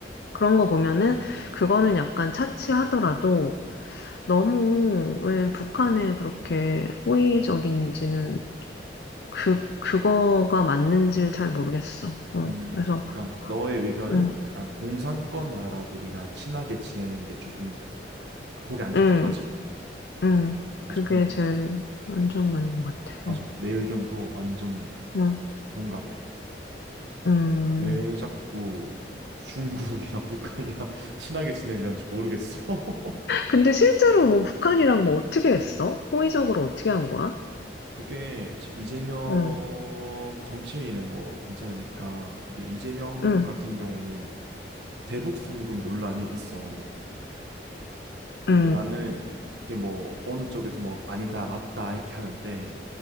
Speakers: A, on the left; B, on the right.
A: 그런 거 보면은, 그거는 약간 차치하더라도, 너무 왜 북한에 그렇게 호의적인지는 그, 그거가 맞는지를 잘 모르겠어. 어,
B: 음,
A: 그래서,
B: 그러니까 너의 의견은
A: 응,
B: 약간 공산권 나라들이랑 친하게 지내는 게 조금 보기 안 좋다
A: 응.
B: 이거지.
A: 음,
B: 맞아.
A: 그게
B: 근
A: 제일 안전한 것 같아요.
B: 맞아. 내 의견도 완전
A: 음,
B: 동감해.
A: 음.
B: 왜 자꾸 중국이나 북한이랑 <laughs> 친하게 지내려는지 모르겠어. <laughs>
A: 근데 실제로 뭐 북한이랑 뭐 어떻게 했어? 호의적으로 어떻게 한 거야?
B: 그게 지금 이재명
A: 응
B: 정치인은 뭐 괜찮으니까 이게 이재명
A: 응
B: 같은 경우는 대북 송금 논란이 있어. 근데
A: 응
B: 나는 그게 뭐 어느 쪽에서 뭐 아니다 맞다 이렇게 하는데